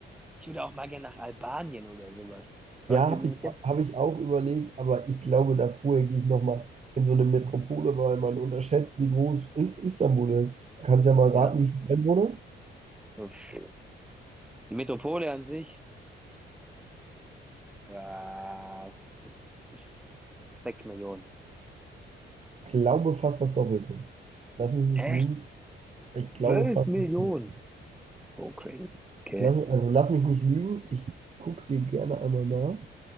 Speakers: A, in the centre; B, on the right.
A: Ich würde auch mal gerne nach Albanien oder sowas. Was
B: Ja,
A: übrigens
B: habe ich,
A: ganz,
B: hab ich auch überlegt, aber ich glaube, da vorher gehe ich nochmal in so eine Metropole, weil man unterschätzt, wie groß Is- Istanbul ist. Kannst ja mal
A: ja.
B: raten, wie viele Einwohner?
A: Uff. Die Metropole an sich, äh, ist sechs Millionen.
B: Glaube fast das Doppelte. Lass mich nicht
A: Echt?
B: lügen. Ich glaube
A: Zwölf
B: fast.
A: Millionen?
B: das Doppelte.
A: So crazy. Okay.
B: Lass, mich- also lass mich nicht lügen. Ich guck's dir gerne einmal nach.